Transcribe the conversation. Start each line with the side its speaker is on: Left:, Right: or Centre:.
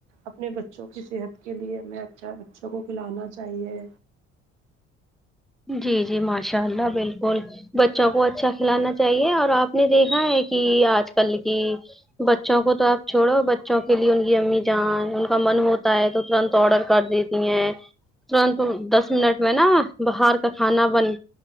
Right: اپنے بچوں کی صحت کے لیے ہمیں اچھا بچوں کو کھلانا چاہیے
Centre: جی جی ماشاء اللہ بالکل بچوں کو اچھا کھلانا چاہیے اور آپ نے دیکھا ہے کہ آج کل کی بچوں کو تو آپ چھوڑو بچوں کے لیے ان کی امی جان ان کا من ہوتا ہے تو ترنت آڈر کر دی ترنت دس منٹ میں نا باہر کا کھانا بن